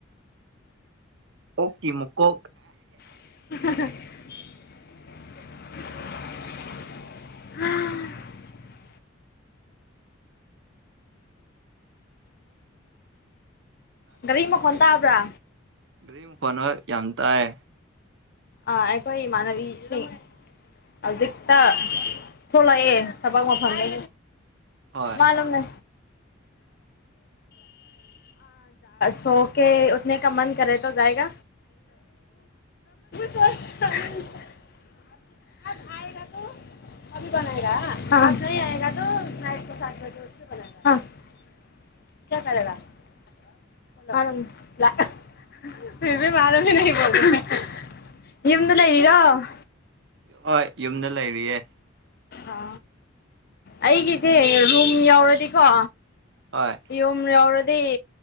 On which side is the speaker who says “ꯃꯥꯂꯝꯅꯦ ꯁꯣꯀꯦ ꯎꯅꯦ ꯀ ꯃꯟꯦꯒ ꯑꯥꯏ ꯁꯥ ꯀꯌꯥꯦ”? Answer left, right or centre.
Left